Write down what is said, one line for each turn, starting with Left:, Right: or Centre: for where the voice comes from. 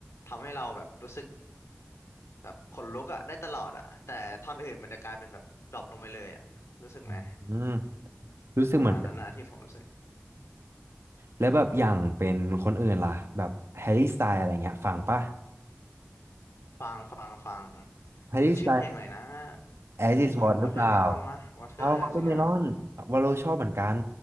Left: ทำให้เราแบบรู้สึก แบบขนลุกอะได้ตลอดอะแต่ท่อนอื่นมันจะกลายเป็นแบบดรอปลงไปเลยอะรู้สึกไหม
Right: อืมรู้สึกเหมือนกัน
Left: ประมาณนั้นนะที่ผมรู้สึก
Right: แล้วแบบอย่างเป็นคนอื่นล่ะแบบแฮร์รี่สไตล์อะไรเงี้ยฟังปะ
Left: ฟังฟังฟัง
Right: แฮร์รี่สไตล์
Left: มันชื่อเพลงอะไรนะไอ้
Right: As is What
Left: Watermelon
Right: หรือเปล่า
Left: มะ Water
Right: How Watermelon
Left: สักอย่าง
Right: วาโลชอบเหมือนกัน